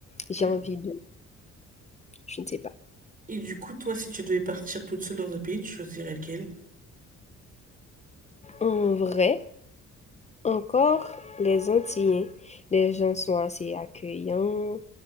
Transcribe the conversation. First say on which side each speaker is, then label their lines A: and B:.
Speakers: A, on the left; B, on the right.
A: J'ai
B: Ouais.
A: envie de je ne sais pas.
B: Et du coup, toi, si tu devais partir toute seule dans un pays, tu choisirais lequel?
A: En vrai Encore, les Antillais, les gens sont assez accueillants.